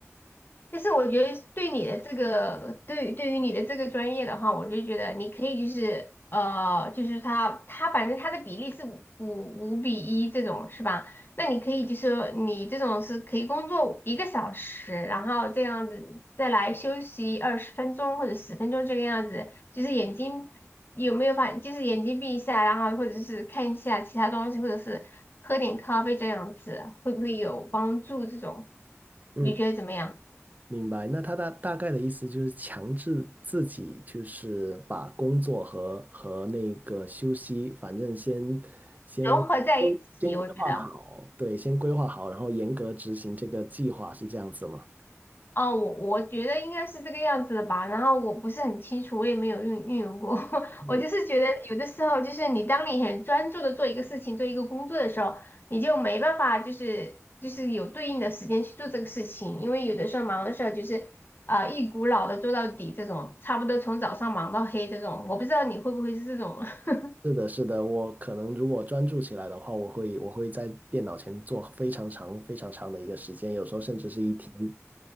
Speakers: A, on the left; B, on the right.
A: 但是我觉得对你的这个，对对于你的这个专业的话，我就觉得你可以就是呃，就是他他反正他的比例是五五五比一这种是吧？那你可以就是说你这种是可以工作一个小时，然后这样子再来休息二十分钟或者十分钟这个样子，就是眼睛有没有发，就是眼睛闭一下，然后或者是看一下其他东西，或者是喝点咖啡这样子，会不会有帮助？这种
B: 嗯，
A: 你觉得怎么样？
B: 明白。那他大大概的意思就是强制自己，就是把工作和和那个休息，反正先先规先规划好，
A: 融合在一起，我觉得，
B: 对，先规划好，然后严格执行这个计划，是这样子吗？
A: 哦，我我觉得应该是这个样子的吧。然后我不是很清楚，我也没有运运用过。<laughs>
B: 嗯
A: 我就是觉得有的时候，就是你当你很专注的做一个事情、做一个工作的时候，你就没办法，就是就是有对应的时间去做这个事情，因为有的时候忙的时候就是啊、一股脑的做到底这种，差不多从早上忙到黑这种。我不知道你会不会是这种。<laughs>
B: 是的，是的，我可能如果专注起来的话，我会我会在电脑前做非常长、非常长的一个时间，有时候甚至是一天。